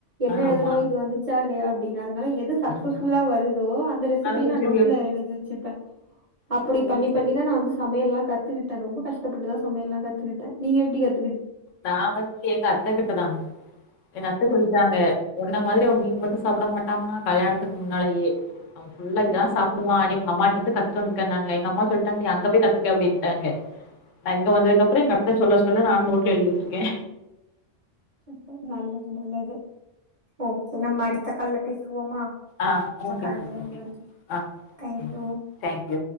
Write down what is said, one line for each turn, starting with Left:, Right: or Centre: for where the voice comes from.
Right: என்ன
Left: ஆமா
Right: எழுதுனும் இது வந்து வன்சா இல்லையா அப்படின்னாது அதனால எது சக்சஸ்ஃபுல்லா
Left: ம்
Right: வருதோ அந்த ரெசிபிய
Left: அழகா
Right: நா
Left: சொல்லி
Right: நோட்டுல எழுதி வெச்சிப்ப அப்டி
Left: சரி
Right: பண்ணி
Left: சரி
Right: பண்ணிதா நான் வந்து சமையல்லா கத்துக்கிட்ட ரொம்ப கஷ்டப்பட்டுதா சமையல்லா கத்துக்கிட்ட நீங்க எப்டி கத்
Left: நா வந்து எங்க அத்த கிட்ட தா எங்க அத்த சொல்லிட்டாங்க ஒன்ன மாதிரி அவ மீன் மட்டும் சாப்ட மாட்டாமா கல்யாணத்துக்கு முன்னாலேயே அவ ஃபுல்லா
Right: ஓ!
Left: இதா சாப்புடுவா நீ உங்க அம்மாட்ட டந்து கத்துட்டு வந்துங்கன்னாங்க எங்கம்மா சொல்ட்டாங்க நீ அங்க போய் கத்துக்க அப்டின்ட்டாங்க நா இங்க வந்ததுக்கப்பறோ எங்க அத்த சொல்ல சொல்ல நா நோட்ல எழுதி வச்சிருக்கே
Right: சூப்பர் நல்லது நல்லது ஓ நம்ம அடுத்த கால்ல பேசுவோமா?
Left: ஆ
Right: நமக்கான
Left: ஓகே சிஸ்
Right: நேரம்
Left: ஓகே
Right: முடிஞ்சிருச்சு.
Left: ஆ
Right: தேங்க்
Left: ம்
Right: யூ.
Left: தேங்க்யூ